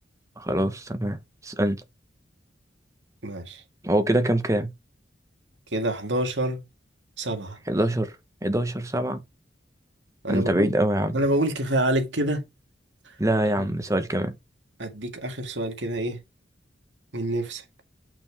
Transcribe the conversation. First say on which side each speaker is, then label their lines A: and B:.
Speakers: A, on the right; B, on the right.
A: خلاص تمام اسألني
B: ماشي
A: هو كده كام كام؟
B: كده حداشر سبعة
A: 11 11 7
B: أنا
A: انت
B: بقول
A: بعيد قوي يا عم
B: أنا بقول كفاية عليك كده
A: لا
B: عشان
A: يا عم سؤال كمان
B: أديك آخر سؤال كده إيه من نفسك